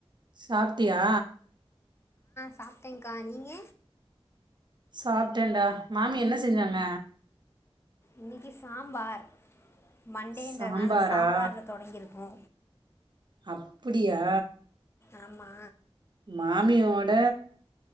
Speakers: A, on the right; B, on the left.
A: சாப்ட்டியா
B: சாப்ட்டேங்கா நீங்க
A: சாப்ட்டேன்டா மாமி என்ன செஞ்சாங்க
B: இன்னைக்கி சாம்பார் மண்டேன்றனால
A: சாம்பாரா
B: சாம்பார்ல தொடங்கியிருக்கு
A: அப்புடியா
B: ஆமா
A: மாமியோட